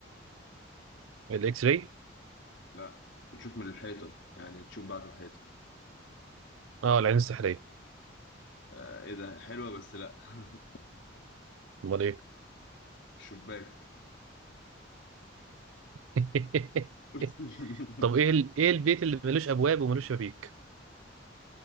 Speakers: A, on the right (about 85°); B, on the left (about 65°).
A: الاكس راي
B: لا تشوف من الحيطه يعني تشوف بعد الحيطه
A: اه العين السحرية
B: آه ايه ده حلوه بس لا <laughs>
A: امال ايه
B: الشباك
A: <laughs>
B: <laughs>
A: طب ايه ال... ايه البيت اللي ملوش ابواب وملوش شبابيك